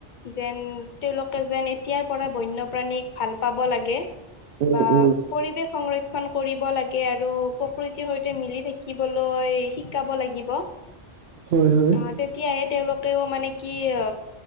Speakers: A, on the left; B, on the right.
A: যেন তেওঁলোকে যেন এতিয়াৰ পৰা বন্যপ্ৰাণীক ভাল পাব লাগে
B: উম
A: বা
B: উম
A: পৰিৱেশ সংৰক্ষ ক্ষণ কৰিব লাগে আৰু প্ৰকৃতিৰ সৈতে মিলি থাকিবলৈ শিকাব লাগিব
B: হয় হয়
A: অ' তেতিয়াহে তেওঁলোকেও মানে কি অ